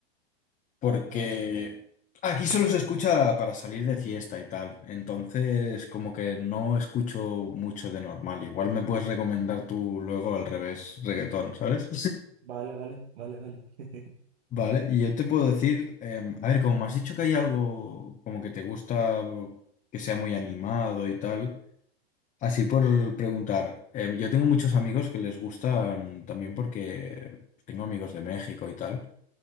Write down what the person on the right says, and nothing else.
Ah,
vale, vale, vale, vale. <laughs>